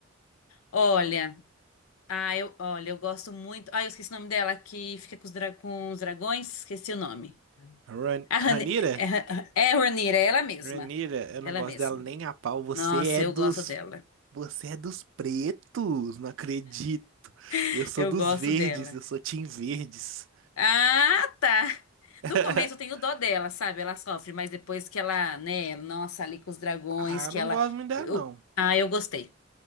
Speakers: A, on the left; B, on the right.
A: Olha, ah, eu, olha, eu gosto muito. Ah, eu esqueci o nome dela, que fica com os, dra- com os dragões, esqueci o nome.
B: Ran
A: A
B: Ranira?
A: Rani- é, Ra- é Ranira, é ela mesma.
B: Ranira, eu não
A: Ela
B: gosto
A: mesma.
B: dela nem a pau. Você
A: Nossa,
B: é
A: eu
B: dos.
A: gosto dela.
B: Você é dos pretos. Não acredito.
A: <laughs>
B: Eu sou
A: Eu
B: dos
A: gosto
B: verdes.
A: dela.
B: Eu sou Team Verdes.
A: Ah, tá.
B: <laughs>
A: No começo eu tenho dó dela, sabe? Ela sofre, mas depois que ela, né? Nossa, ali com os dragões,
B: Ah,
A: que
B: eu não
A: ela.
B: gosto muito dela,
A: eu-
B: não.
A: Ah, eu gostei.